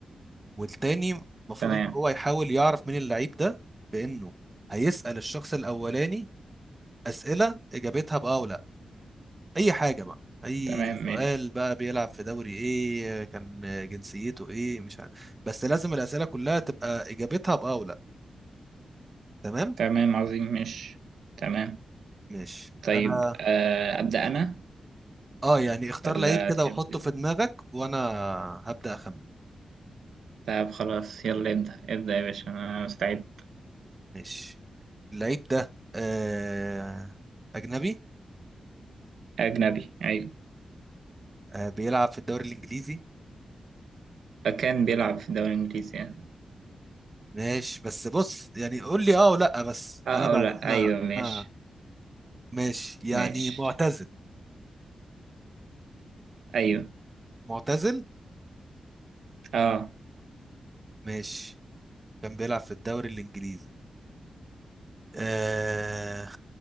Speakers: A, on the right; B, on the right.
A: والتاني المفروض
B: تمام
A: ان هو يحاول يعرف مين اللعيب ده بانه هيسأل الشخص الاولاني اسئله اجابتها بأه ولا اي حاجه بقى اي
B: تمام
A: سؤال
B: ماشي
A: بقى بيلعب في دوري ايه كان جنسيته ايه مش عارف بس لازم الاسئله كلها تبقى اجابتها باه ولا تمام
B: تمام عظيم ماشي تمام
A: ماشي انا
B: طيب آه، ابدا انا
A: اه يعني اختار
B: ولا
A: لعيب كده
B: تحب
A: وحطه في دماغك وانا هبدا اخمن
B: طب خلاص يلا ابدا ابدا يا باشا انا مستعد
A: ماشي اللعيب ده آه اجنبي
B: اجنبي ايوه
A: آه بيلعب في الدوري الانجليزي
B: كان بيلعب في الدوري الانجليزي يعني
A: ماشي بس بص يعني قول لي اه ولا بس
B: اه
A: انا بعد
B: او لا
A: احنا
B: ايوه ماشي
A: انا ماشي يعني
B: ماشي
A: معتزل
B: ايوه
A: معتزل
B: اه
A: ماشي كان بيلعب في الدوري الانجليزي آه